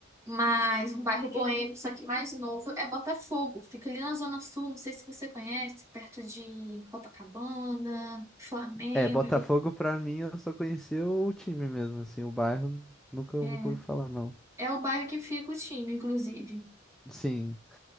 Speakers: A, on the right; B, in the centre.
A: Mas um bairro boêmio, só que mais novo, é Botafogo. Fica ali na Zona Sul, não sei se você conhece, perto de Copacabana, Flamengo.
B: É, Botafogo pra mim eu só conhecia o time mesmo, assim, o bairro nunca,
A: É,
B: nunca ouvi falar, não.
A: é o bairro que fica o time, inclusive.
B: Sim.